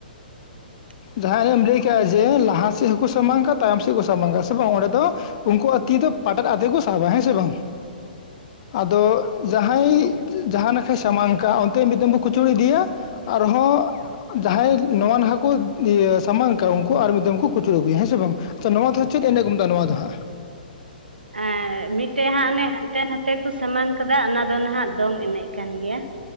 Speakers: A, on the right; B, on the left.
A: <inaudible>
B: ᱡᱟᱦᱟᱸ ᱮᱱᱮᱡ ᱮᱢ ᱞᱟᱹᱭ ᱠᱟᱜ-ᱟ ᱡᱮ ᱞᱟᱦᱟ ᱥᱮᱫ ᱦᱚᱸᱠᱩ ᱥᱟᱢᱟᱝ ᱠᱟ ᱛᱟᱭᱚᱢ ᱥᱮᱫ ᱠᱩ ᱥᱟᱢᱟᱝ ᱥᱮ ᱵᱟᱝ ᱱᱚᱜ-ᱚ ᱱᱚᱸᱰᱮ ᱫᱚ ᱩᱱᱠᱩ ᱟᱜ ᱛᱤ ᱫᱚ ᱯᱟᱴᱮᱫ ᱟᱛᱮᱜ ᱠᱩ ᱥᱟᱵᱟ ᱦᱮᱸ ᱥᱮ ᱵᱟᱝ? ᱟᱫᱚ ᱡᱟᱦᱟᱸᱭ ᱡᱟᱦᱟᱸ ᱱᱟᱠᱷᱟᱭ ᱥᱟᱢᱟᱝ ᱠᱟᱜ-ᱟ ᱚᱱᱛᱮ ᱢᱤᱫ ᱫᱚᱢᱵᱚ ᱠᱩᱪᱩᱲ ᱤᱫ ᱤᱫᱤᱭᱟ ᱟᱨᱦᱚᱸ ᱡᱟᱦᱟᱸᱭ ᱱᱚᱣᱟ ᱱᱟᱦᱟ ᱠᱩ ᱤᱭᱟᱹ ᱥᱟᱢᱟᱝ ᱠᱟᱜ-ᱟ ᱩᱝᱠᱩ ᱟᱨ ᱢᱤᱫ ᱫᱚᱢ ᱠᱩ ᱠᱩᱪᱩᱲ ᱟᱹᱜᱩᱭᱟ ᱦᱮᱸ ᱥᱮ ᱵᱟᱝ? ᱟᱪᱷᱟ ᱱᱚᱣᱟ ᱫᱚ ᱦᱟᱸᱜ ᱪᱤᱫ ᱮᱱᱮᱡ ᱠᱩ ᱢᱮᱛᱟᱜ-ᱟ ᱱᱚᱣᱟ ᱫᱚ ᱦᱟᱸᱜ?
A: ᱮᱸ ᱢᱤᱫᱴᱮ ᱦᱟᱸᱜ ᱚᱱᱮ ᱦᱟᱱᱛᱮ ᱱᱟᱛᱮ ᱠᱩ ᱥᱟᱢᱟᱝ ᱠᱟᱫᱟ ᱚᱱᱟ ᱫᱚ ᱱᱟᱦᱟᱜ ᱫᱚᱝ ᱮᱱᱮᱡ ᱠᱟᱱ ᱜᱮᱭᱟ᱾